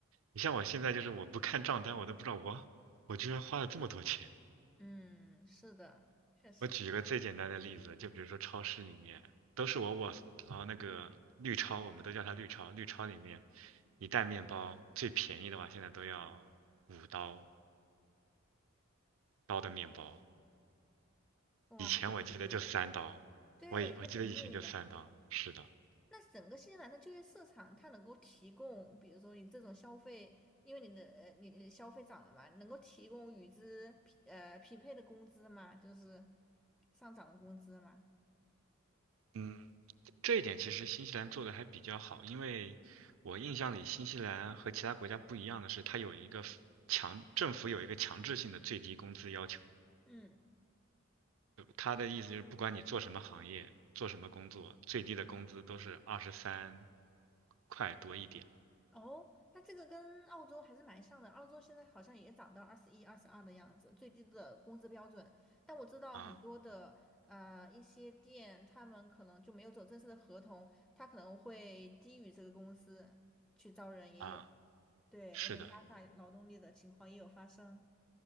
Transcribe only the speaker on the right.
你像我现在就是我不看账单，我都不知道我我居然花了这么多钱。
我举一个最简单的例子，就比如说超市里面都是我 o o w o s 然后那个绿超，我们都叫它绿超，绿超里面一袋面包最便宜的话，现在都要五刀刀的面包，
以前我记得就三刀，
我以我记得以前就三刀，
是的，
嗯，这一点其实新西兰做的还比较好，因为我印象里新西兰和其他国家不一样的是，它有一个 f- 强，政府有一个强制性的最低工资要求。
他的意思就是，不管你做什么行业、做什么工作，最低的工资都是二十三块多一点
啊
啊，
是的，